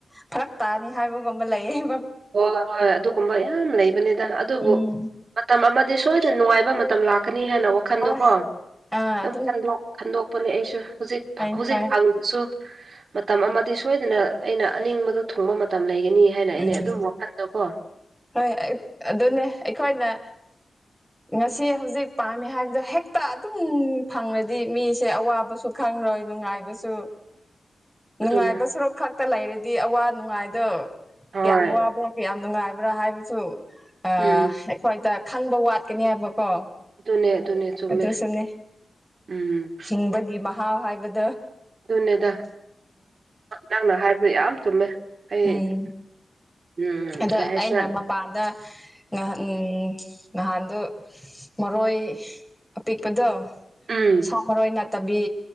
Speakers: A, in the centre; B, on the right.
A: ꯐꯔꯛ ꯇꯥꯅꯤ ꯍꯥꯏꯕꯨꯒꯝꯕ ꯂꯥꯏꯦ ꯍꯥꯏ
B: ꯍꯣꯏ ꯍꯣꯏ ꯑꯗꯨꯒꯨꯝꯕ ꯌꯥꯝ ꯂꯩꯕꯅꯤꯗ ꯑꯗꯨꯕꯨ
A: ꯎꯝ
B: ꯃꯇꯝ ꯑꯃ ꯑꯗꯨ ꯁꯣꯏꯗꯅ ꯅꯨꯡꯉꯥꯏꯕ ꯃꯇꯝ ꯂꯥꯛꯀꯅꯤ ꯍꯥꯏꯅ ꯋꯥꯈꯟꯗꯣꯀꯣ
A: ꯍꯣꯏ
B: ꯑꯗꯨꯝꯟꯗ
A: ꯑꯥ ꯑꯗꯨꯝ
B: ꯄꯅꯦ ꯑꯩꯁꯨ ꯍꯧꯖꯤꯛ
A: ꯍꯣꯏ
B: ꯍꯧꯖꯤꯛ
A: ꯍꯣꯏ
B: ꯍꯪꯗꯁꯨ ꯃꯇꯝ ꯑꯃꯗꯤ ꯁꯣꯏꯗꯅ ꯑꯩꯅ ꯑꯅꯤꯡꯕꯗ ꯊꯨꯡꯕ ꯃꯇꯝ ꯂꯩꯒꯅꯤ ꯍꯥꯏꯅ ꯑꯩꯅ
A: ꯎꯝ
B: ꯑꯗꯨꯝ ꯋꯥꯈꯜꯗꯣ ꯀꯣ
A: ꯍꯣꯏ ꯑꯗꯨꯅꯦ ꯑꯩꯈꯣꯏꯅ ꯉꯁꯤ ꯍꯧꯖꯤꯛ ꯄꯥꯝꯃꯤ ꯍꯥꯏꯕꯗ ꯍꯦꯛꯇ ꯑꯗꯨꯝ ꯐꯪꯉꯗꯤ ꯃꯤꯁꯦ ꯑꯋꯥꯕꯁꯨ ꯈꯔ ꯈꯪꯔꯣꯏ ꯅꯨꯡꯉꯥꯏꯕꯁꯨ
B: ꯑꯗꯨꯅꯦ
A: ꯅꯨꯡꯉꯥꯏꯕ ꯁꯣꯔꯣꯛ ꯈꯛꯇ ꯂꯩꯔꯗꯤ ꯑꯋꯥ ꯅꯨꯡꯉꯥꯏꯗ
B: ꯍꯣꯏ
A: ꯀꯌꯥꯝ ꯋꯥꯕ꯭ꯔꯥ ꯀꯌꯥꯝ ꯅꯨꯡꯉꯥꯏꯕ ꯍꯥꯏꯕꯁꯨ ꯑꯩꯈꯣꯏꯗ
B: ꯎꯝ
A: ꯈꯪꯕ ꯋꯥꯠꯀꯅꯤ ꯍꯥꯏꯕ ꯀꯣ
B: ꯑꯗꯨꯅꯦ ꯑꯗꯨꯅꯦ ꯆꯨꯝꯃꯦ
A: ꯑꯗꯨꯁꯨꯅꯦ
B: ꯎꯝ
A: ꯍꯤꯡꯕꯒꯤ ꯃꯍꯥꯎ ꯍꯥꯏꯕꯗ
B: ꯑꯗꯨꯅꯦꯗ ꯅꯪꯅ ꯍꯥꯏꯕꯗ ꯌꯥꯝ ꯆꯨꯝꯃꯦ ꯑꯩ
A: ꯎꯝ
B: ꯎꯝ
A: ꯑꯗ
B: ꯀꯩ ꯍꯥꯏꯁꯤꯔꯥ
A: ꯑꯩꯅ ꯃꯄꯥꯟꯗ ꯉꯍ ꯎꯝ ꯅꯍꯥꯟꯗꯣ ꯃꯔꯣꯏ ꯑꯄꯤꯛꯄꯗꯣ
B: ꯎꯝ
A: ꯁꯥ ꯃꯔꯣꯏ꯫ ꯇꯕꯤ